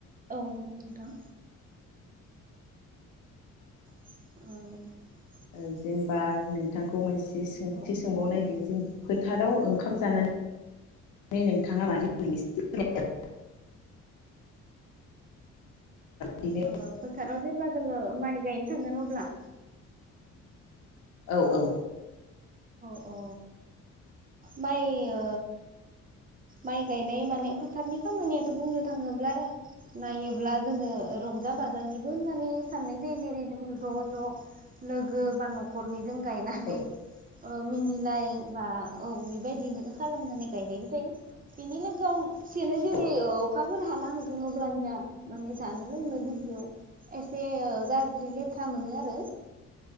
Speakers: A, on the right (about 30°); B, on the left (about 80°).
A: औ गौ नोंथां। औ
B: ओ जेनेबा नोंथांखौ मोनसे सोंथि
A: ओ
B: सोंबाव नायदों जों फोथाराव ओंखाम जानानै नोंथाङा मादि <unintelligible> बिदिनो
A: ओ फोथाराव जेब्ला जोङो माइ गायनो थांगोन अब्ला
B: औ औ औ।
A: औ अ माइ ओ माइ गायनाय माने फोथारनि खामानियाथ' बुंनो थाङोब्ला नायोब्ला जोङो रंजा बाजानिबो होननानै साननाय जायो जेरै जोङो ज' ज' लोगो बा न'खरनि गायनानै
B: औ
A: ओ मिनिलाय बा औ बेबायदिनो खालामनानै गायनायबो जायो बिनि लोगोआव सेनो जेरै
B: औ
A: ओ अखा फोर हाना होगोन अब्लानिया माने जानो लोंनो दुब्लियाव एसे ओ गाज्रि लेथ्रा मोनो आरो।